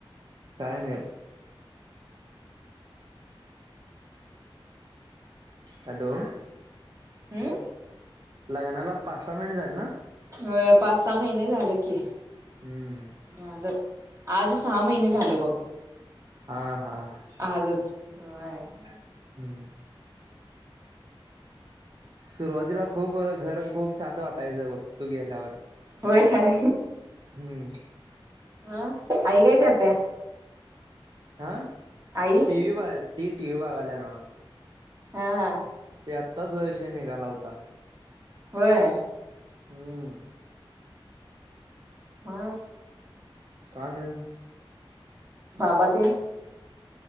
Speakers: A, on the right; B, on the right.
A: काय नाही बघ हॅलो
B: हम
A: लग्नाला पाच, सहा महिने झाले ना
B: अ पाच, सहा महिने झाल की
A: हम्म
B: झालं आज सहा महिने झालं बघ
A: आ हा
B: आजच
A: हम्म
B: होय.
A: सुरुवातीला खूप घर खूप शांत वाटायचंय बघ तू गेल्यावर
B: होय काय
A: हम्म
B: म आई काय करत्या
A: आ
B: आई
A: ती टी व्ही बघ ती टी व्ही बघायला नव्ह
B: ह हा
A: ते आत्ताच विषय निघाला होता
B: होय
A: हम्म
B: म
A: काय नाही
B: बाबा तेन